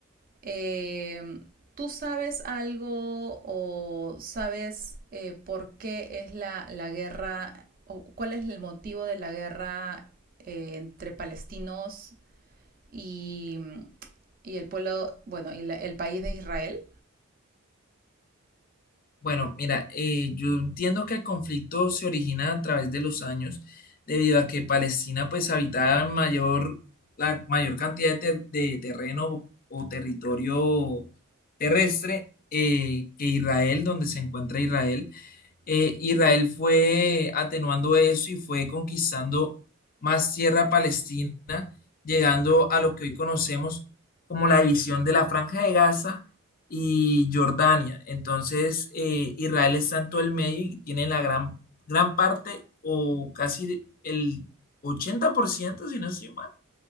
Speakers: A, on the right; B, on the left.
A: Eh, ¿tú sabes algo o sabes eh, por qué es la, la guerra o cuál es el motivo de la guerra eh, entre palestinos y, y el pueblo, bueno, y la- el país de Israel?
B: Bueno, mira, eh, yo entiendo que el conflicto se origina a través de los años, debido a que Palestina pues habitaba mayor, la mayor cantidad de, ter- de terreno o territorio terrestre eh, que Israel, donde se encuentra Israel. Eh, Israel fue atenuando eso y fue conquistando más tierra palestina, llegando a lo que hoy conocemos como la división de la Franja de Gaza y Jordania. Entonces, eh, Israel está en todo el medio y tiene la gran, gran parte o casi el 80% si no estoy mal,